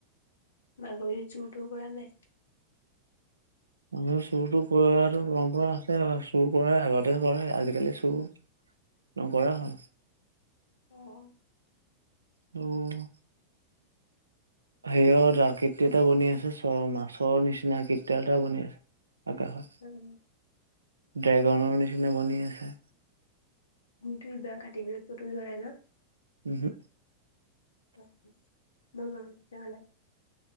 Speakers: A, on the left (about 65°); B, on the right (about 75°).
A: মাঘৰ বিহুত চোৰটোৰ কৰা নাই?
B: আমি চুৰটো কৰাটো পৰম্পৰা আছে, চুৰ কৰেই আগতে কৰে আজিকালি চুৰ নকৰা হ'ল।
A: অঁ।
B: অ'। হেৰিয়াত আকৃতি এটা বনি আছে, চ মাছৰ নিচিনা আকৃতি এটা বনি আছে আকাশত।
A: উম।
B: ড্ৰেগনৰ নিচিনা বনি আছে।
A: ধুই বাা কাতি বিহত কতুই কৰাাই ন <unintelligible>
B: উহু।
A: অ মই ব তেনোহ'লে <unintelligible>